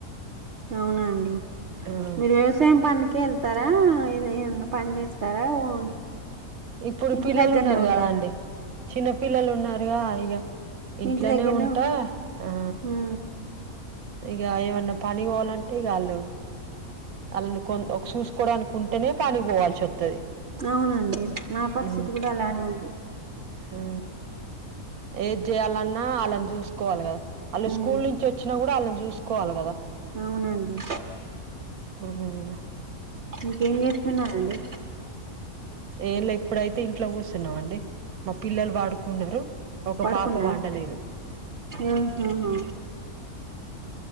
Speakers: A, on the right; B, on the right.
A: అవునా అండి
B: ఆ
A: మీరు వ్యవసాయం పనికి ఎల్. తరా ఏదయిన పని చేస్తారా ఓన్.
B: ఇప్పుడు
A: ఇంటి
B: పిల్లలు
A: దగ్గరనే
B: ఉన్నారు
A: ఉంటారా
B: కదా అండి. చిన్న పిల్లలు ఉన్నారుగా అయ్యో ఇంట్లోనే
A: ఇంటి దగ్గరనే
B: ఉంటా ఆ.
A: ఉమ్
B: ఇగ ఏమన్నా పని కోవలంటే ఇగాళ్ళు ఆళ్ళని కొ ఒక చూసుకోవడానికుం. చనగ కాయల పోవాల్సి ఒత్తది
A: అవునండి నా పరిస్థితి
B: ఆ.
A: కూడా అలానే ఉంది
B: హు. ఏది చేయాలన్నా వాళ్ని చూసుకోవాలి కదా. వాళ్ళు
A: ఉమ్
B: స్కూల్ నుంచి వచ్చినా కూడా వాళ్ళని చూసుకోవాలి కదా.
A: అవునండి
B: హు
A: ఇంకేం చేస్తున్నారండి.
B: ఏంళ ఇప్పుడైతే ఇంట్లో కూస్తున్నాం అండి మా పిల్లలు వడుకున్నారు. ఒక
A: పడుకున్నారా
B: పాఫ పండలేదు.
A: ఆహాహా